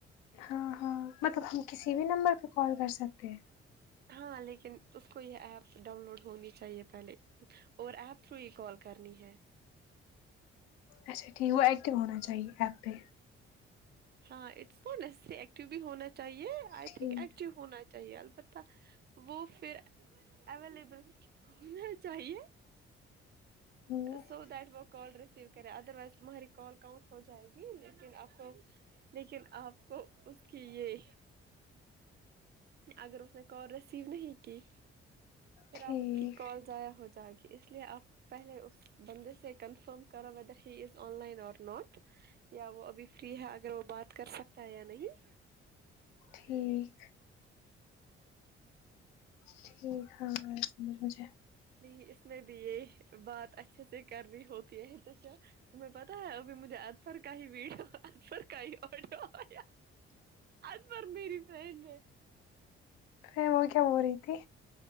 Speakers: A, on the left; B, on the right.
A: ہاں ہاں مطلب ہم کسی بھی نمبر پہ کال کر سکتے ہیں
B: ہاں لیکن اس کو یہ ایپ ڈاؤن لوڈ ہونی چاہیے پہلے اور ایپ تھرو ہی کال کرنی ہے
A: اچھا ٹھیک وہ ایٹو ہونا چاہیے ایپ پہ
B: ہاں اٹس نٹ نیسیسری ایکٹو بھی ہونا چاہیے آئی
A: ٹھیک
B: تھنک ایکٹو ہونا چاہیے البتہ وہ پھر اویلیبل ہونا چاہیے
A: ہ
B: سو دیٹ وک کال ریسیو کریں ادر وائز تمہاری کال کاؤنٹ ہو جائے گی لیکن آپ کو لیکن آپ کو اس کی یہ اگر اس نے کال ریسیو نہیں کی پھر
A: ٹھیک
B: آپ کی کال ضائع ہو جائے گی اس لیے آپ پہلے اس بندے سے کنفرم کرا whether he is online اور ناٹ یا وہ ابھی فری ہے اگر وہ بات کر سکتا ہے یا نہیں
A: ٹھیک ٹھیک ہاں سمجھ مجھے
B: نہیں اس میں بھی یہ بات اچھے سے کرنی ہوتی ہے توا تمہیں پتا ہے ابھی مجھے اطہار کا ہی ویڈیو اطہار کا ہی آڈیو آگیا اجبار میری فرینڈ ہے
A: پھر وہ کیا ہو رہی تھی